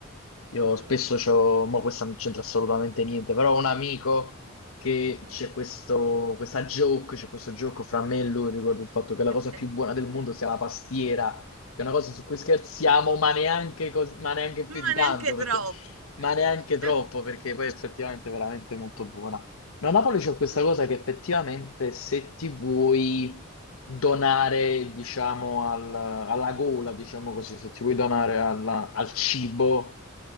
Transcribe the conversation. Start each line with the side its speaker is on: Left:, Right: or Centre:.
Left: Io
Right: mm,
Left: spesso c'ho, ma questa non c'entra assolutamente niente, però ho un amico che
Right: mm.
Left: c'è questo, questa joke, c'è questo gioco fra me e lui riguardo il fatto
Right: <laughs>
Left: che la cosa più buona del mondo sia la pastiera, che è una cosa su cui scherziamo, ma neanche, cos- ma neanche più
Right: Ma
Left: di tanto,
Right: neanche troppo.
Left: perché,
Right: <laughs>
Left: ma neanche troppo, perché poi effettivamente è veramente molto buona. No, a Napoli c'è questa
Right: Mm,
Left: cosa che effettivamente se ti vuoi donare, diciamo, al- alla gola, diciamo così, se ti vuoi donare alla- al cibo,